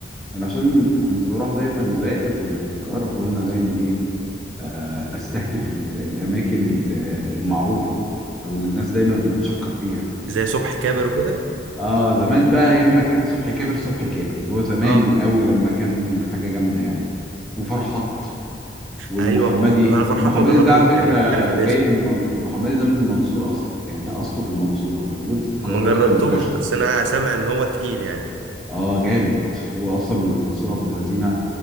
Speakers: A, in the centre; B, on the right.
A: انا عشان كنت بروح دايما زائر للقاهرة فكنا دايما ايه آه استهدف ال- الاماكن ال- المعروفة او اللي الناس دايما بتشكر فيها
B: زي صبحي كابر وكده
A: اه زمان بقى ايام ما كان صبحي كابر صبحي كابر اللي هو زمان
B: اه
A: قوي لما كان حاجه جامده يعني وفرحات والمحمدي
B: ايوه فرح... انا فرحات
A: المحمدي
B: ما جربتوش
A: ده على فكره
B: يعني عارف الاسم
A: جاي من المن- المحمدي ده من المنصوره اصلا يعني اصله في المنصوره هو موجود في القاهره
B: ما جربتوش
A: دلوقتي منتشر
B: بس انا سامع ان هو تقيل يعني
A: اه جامد هو اصلا من المنصوره ابن لذينه